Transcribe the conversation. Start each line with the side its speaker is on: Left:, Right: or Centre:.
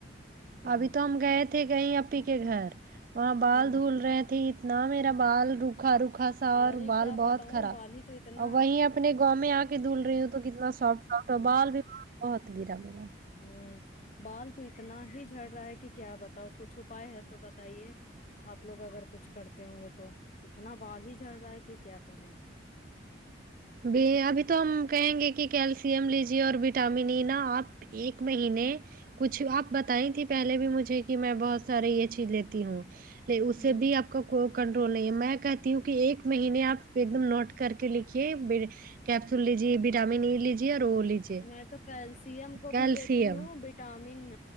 Left: تھوڑا
Right: ابھی تو ہم گئے تھے کہیں اپی کے گھر وہاں بال
Left: ہوں
Right: دھول رہے تھھی اتنا میرا بال روکھا روکھا سا
Left: ارے
Right: اور بال
Left: کیا بتاؤں
Right: بہت کرا
Left: بال ہی تو اتنا
Right: اور وہیں ا اپنے گاؤں میں آ کے دھول رہی ہوں تو کتنا سافٹ سافٹ اور
Left: ہوں
Right: بال بھی وہاں بہت گرا میرا
Left: ہوں بال تو اتنا ہی جڑ رہا ہے کہ کیا بتاؤ کچھ اپپائے ہے تو بتائیے آپ لوگ اگر کچھ کرتے ہوں گے تو اتنا بال ہی جھڑ رہا ہے کہ کیا کہیں
Right: ب ابھی تو ہم کہیں گے کہ کیلشیئم لیجیے اور وٹامن ای نا آپ ایک مہینے کچھ آپ بتائیں تھی پہلے بھی مجھے کہ میں بہت سارے یہ چیز لیتی ہوں ل اسے
Left: ہوں
Right: بھی آپ کا کو کنٹرول نہیں ہے میں کہتی ہوں کہ ایک مہینے آپ ایک دم نوٹ کر کے لکھی کیپسول لیجیے وٹامن ای لیجیے اور او لیجیے
Left: میں تو کیلشیم کو
Right: کیلشیم
Left: بھی لیتی ہوں وٹامن